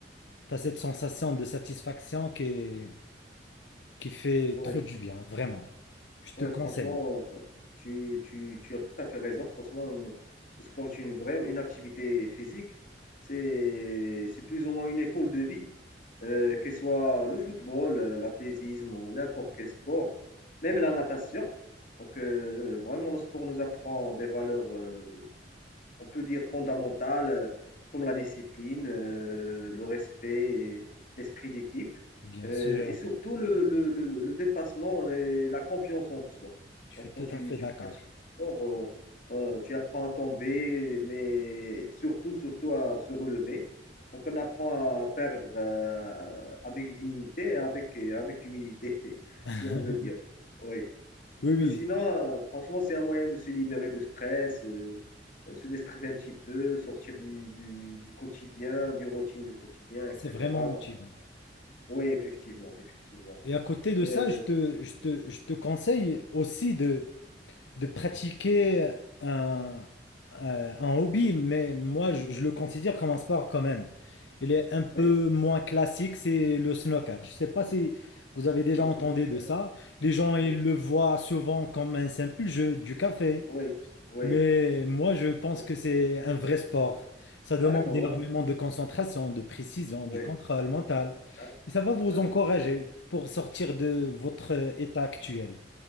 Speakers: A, on the left; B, on the left.
A: tu as cette sensation de satisfaction qui, qui fait
B: Ouais,
A: trop du bien, vraiment. Je te
B: ouais,
A: conseille.
B: franchement, euh, tu, tu, tu as tout à fait raison. Franchement, une, le sport est une vraie une activité physique. C'est, c'est plus ou moins une école de vie, euh, que ce soit le football, euh, l'athlétisme ou n'importe quel sport, même la natation. Donc, euh, vraiment, le sport nous apprend des valeurs euh, on peut dire fondamentales, euh, comme la discipline, euh, le respect, et l'esprit d'équipe,
A: Bien
B: euh,
A: sûr,
B: et surtout le, le, le- le dépassement et la confiance en soi.
A: je
B: Donc,
A: suis
B: quand
A: tout
B: tu,
A: à fait
B: tu
A: d'accord.
B: pratiques du sport, euh, euh, tu apprends à tomber, mais surtout, surtout à se relever. Donc, on apprend à perdre euh, avec dignité, et avec, et avec humilité, <laughs>
A: <laughs>
B: si on veut dire. Oui.
A: Oui, oui,
B: Mais sinon, euh, franchement, c'est un moyen de se libérer de stress, euh, euh, se déstresser un petit peu, sortir du, du, du quotidien, du routine du quotidien, etc.
A: c'est vraiment motivant.
B: Donc, oui, effectivement, effectivement.
A: Et à côté de
B: Euh,
A: ça, je te, je te, je te conseille aussi de, de pratiquer un, euh, un hobby, mais moi, je, je le considère comme un sport quand même. Il est un peu
B: oui,
A: moins classique, c'est le snooker. Je ne sais pas si vous avez déjà
B: le
A: entendu
B: snooker.
A: de ça. Les gens, ils
B: Oh,
A: le voient souvent comme un simple jeu du café.
B: Oui, oui.
A: Mais moi, je pense
B: Euh,
A: que c'est un vrai sport. Ça demande
B: D'accord,
A: énormément
B: moi, fr-
A: de concentration, de précision,
B: oui.
A: du contrôle mental.
B: D'ac-
A: Et ça va vous
B: D'accord,
A: encourager pour sortir de votre euh, état actuel.